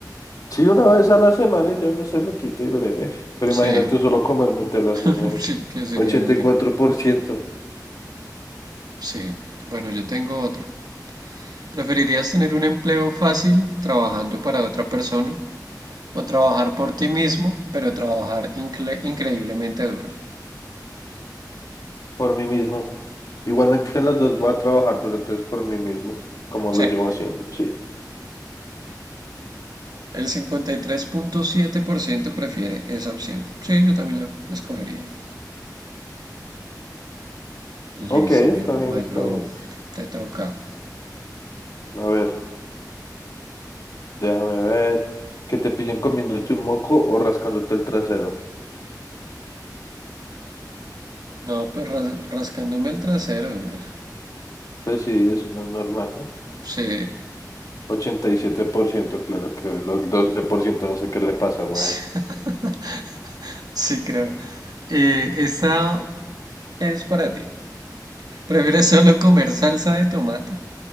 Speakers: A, on the left; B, on the right.
A: Sí, una vez a la semana y yo no se lo quito y breve. Pero
B: Sí,
A: imagínate, solo comer Nutella
B: <laughs>
A: se muere.
B: sí, que sería
A: Ochenta
B: una mierda.
A: y cuatro por ciento
B: Sí, bueno, yo tengo otro. ¿Preferirías tener un empleo fácil trabajando para otra persona O trabajar por ti mismo, pero trabajar incre- increíblemente duro.
A: por mí mismo. Igualmente en las dos voy a trabajar durante entonces por mí mismo, como
B: Sí,
A: lo llevo haciendo. Sí.
B: el cincuenta y tres punto siete por ciento prefiere esa opción. Sí, yo también la escogería.
A: Ok,
B: Listo,
A: está
B: mi,
A: bien,
B: my
A: está
B: bro.
A: bien.
B: Te toca.
A: A ver. Déjame ver. Que te pillen comiéndote un moco o rascándote el trasero.
B: No, pues ras- rascándome el trasero. güey.
A: Pues sí, es más normal, ¿no?
B: Sí.
A: ochenta y siete por ciento claro que los 12% no sé qué le pasa, weón.
B: <laughs> Sí, creo. Eh, esta es para ti. ¿Prefieres solo comer salsa de tomate